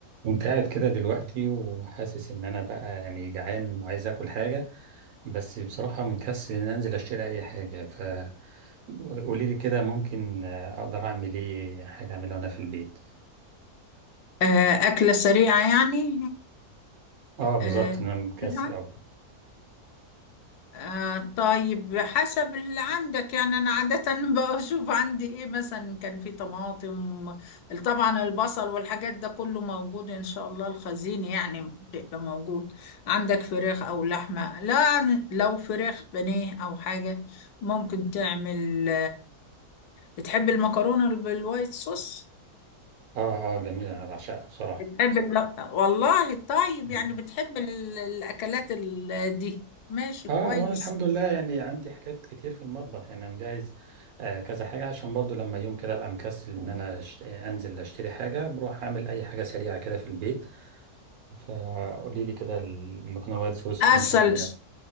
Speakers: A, on the right (about 70°); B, on the left (about 85°).
A: قمت قاعد كده دلوقتي وحاسس ان انا بقى يعني جعان وعايز اكل حاجة بس بصراحة مكسل ان انزل اشتري اي حاجة فقولي لي كده ممكن آه، اقدر اعمل ايه حاجة اعملها وانا في البيت
B: آه، أكلة سريعة يعني
A: اه بالظبط
B: آه،
A: انا مكسل
B: آه،
A: اوي
B: آه، طيب حسب اللي عندك يعني أنا عادة <laughs> بشوف عندي إيه مثلا كان في طماطم طبعا البصل والحاجات ده كله موجود إن شاء الله الخزين يعني بيبقى موجود عندك فراخ أو لحمة لا لو فراخ بانيه أو حاجة ممكن تعمل بتحب المكرونة بالوايت صوص؟
A: اه اه جميلة انا بعشقها بصراحة
B: بتحب ال... والله طيب
A: مم.
B: يعني بتحب ال... الأكلات ال... دي ماشي
A: اه
B: كويس
A: وانا الحمد لله يعني عندي حاجات كتير في المطبخ يعني انا مجهز آه كذا حاجة عشان برضو لما يوم كده ابقى مكسل ان انا أشت... انزل اشتري حاجة بروح اعمل اي حاجة سريعة كده في البيت فقولي لي كده المكرونه الوايت صوص
B: أصل
A: ممكن اعملها